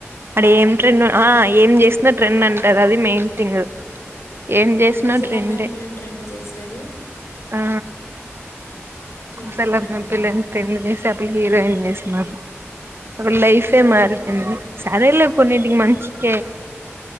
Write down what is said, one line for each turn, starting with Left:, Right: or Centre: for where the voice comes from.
Right: అడి ఏం ట్రెండ్ ఆ ఏం జేసిన ట్రెండ్ అంటారు అది మెయిన్ థింగ్ ఏం చేసినా
Left: ఆ పూసలు
Right: ట్రెండే
Left: అమ్మే పిల్లని ట్రెండ్ చేసారు
Right: ఆ
Left: ట్రెండ్
Right: పూసలు
Left: ట్రెండ్
Right: అమ్మే
Left: అంటారు
Right: పిల్లని ట్రెండ్ చేసార్ ప్రి హీరోయిన్ జేస్తున్నారు ఒక లైఫే
Left: ఏం
Right: మారిపొయింది సరేలే కొన్నిటికి మంచికే